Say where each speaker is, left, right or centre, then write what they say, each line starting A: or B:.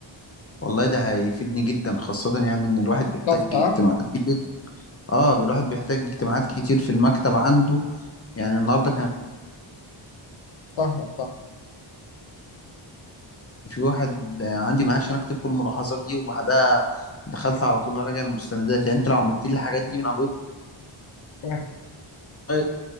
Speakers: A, on the left; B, on the left.
A: والله ده هيفيدني جدا خاصة يعني ان الواحد بيحتاج
B: صفقه
A: اجتماعات
B: آه؟
A: كتير اه الواحد بيحتاج اجتماعات كتير في المكتب عنده يعني النهارده كان
B: فاهمك فاهم
A: في واحد عندي معاه عشان اكتب كل الملاحظات دي وبعدها دخلت على طول اراجع المستندات يعني انت لو عملت لي الحاجات دي من على الويب
B: فاهم.
A: سايت